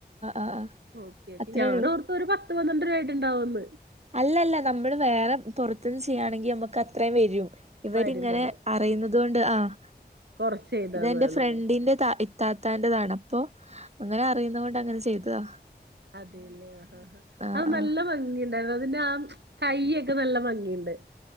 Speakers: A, on the right (about 40°); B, on the right (about 85°).
A: ആഹ് ആഹ്
B: ഓക്കേ ഓക്കേ
A: അത്രേ
B: ഞാൻ
A: ഉള്ളൂ
B: ഓർത്ത് ഒരു പ പത്ത് പന്ത്രണ്ട് രൂപ ആയിട്ടുണ്ടാവുന്ന്
A: അല്ലല്ല നമ്മള് വേറെ പൊറത്തുന്ന് ചെയ്യാണെങ്കി നമ്മുക്ക് അത്രയും വെരും ഇവരിങ്ങനെ
B: വരും വരും
A: അറിയുന്നത് കൊണ്ട് ആഹ്
B: കൊറച്ച് ചെയ്തതാണല്ലേ
A: ഇതെന്റെ ഫ്രണ്ടിന്റെ താ ത്താത്താന്റെതാണ് അപ്പൊ അങ്ങനെ അറിയുന്ന കൊണ്ട് അങ്ങനെ ചെയ്തതാ
B: അതെയല്ലേ
A: ആഹ്
B: ആ
A: ആഹ്
B: നല്ല ഭംഗി ഉണ്ടായിരുന്ന അതിന്റെ ആ കൈ അക്കെ നല്ല ഭംഗിയുണ്ട്